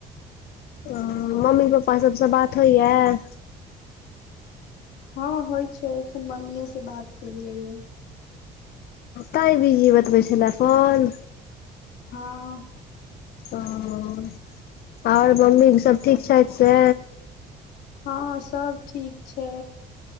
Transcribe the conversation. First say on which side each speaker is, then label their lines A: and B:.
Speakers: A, on the left (about 65°); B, on the left (about 80°).
A: ओ मम्मी पपा सभसँ बात होइ यऽ
B: हँ होइ छै एखन मम्मीए से बात केलियै य
A: तइ बीजी बतबै छलै फोन
B: हँ
A: हं आओर मम्मी सब ठीक छथि से
B: हँ सब ठीक छै